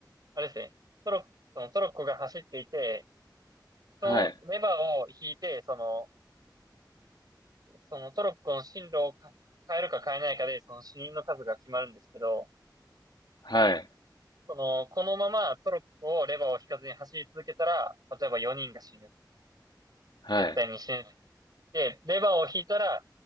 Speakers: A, on the right (about 60°); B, on the left (about 75°).
A: あれですね。トロッコ、そのトロッコが走っていて、そのレバーを引いて、
B: はい。
A: その、そのトロッコの進路をか変えるか変えないかで、その死人の数が決まるんですけど、
B: はい。
A: その、このままトロッコをレバーを引かずに走り続けたら、例えば4人が死ぬ。
B: はい。
A: 絶対に死ぬ。で、レバーを引いたら